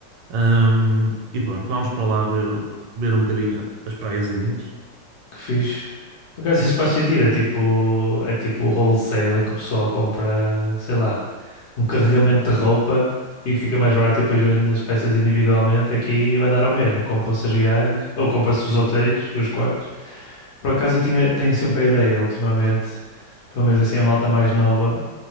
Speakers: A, on the right; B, on the left.
A: Ahm, e pronto, vamos para lá ver, ver um bocadinho as praiazinhas.
B: Que fixe. Por acaso isso faz sentido, é tipo, é tipo wholesale em que o pessoal compra, sei lá, um carregamento de roupa e que fica mais barato e depois vende as peças individualmente. Aqui vai dar ao mesmo, compram-se as viagens ou compram-se os
A: Exatamente.
B: hotéis, os quartos. Por acaso eu tinha, tenho sempre a ideia, ultimamente, pelo menos assim a malta mais nova.